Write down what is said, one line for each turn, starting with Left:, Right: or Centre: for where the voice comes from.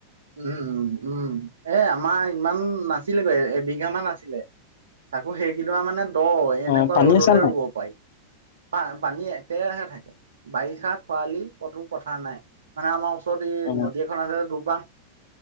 Right: উম-উম-উম এ আমাৰ ইমান নাছিল গৈ। এবিঘা মান আছিলে। আকৌ সেইকেদৰা মানে দ', এনেকুৱা
Left: অ পানী
Right: ৰ'দতে
Left: আছে নাই
Right: ৰুব পাৰি। পা- পানী একেৰাহে থাকে। বাৰিষা - খৰালি ক'তো কথা নাই। মানে আমাৰ ওচ চত এই
Left: অ
Right: নদী এখন আছে দুপাং।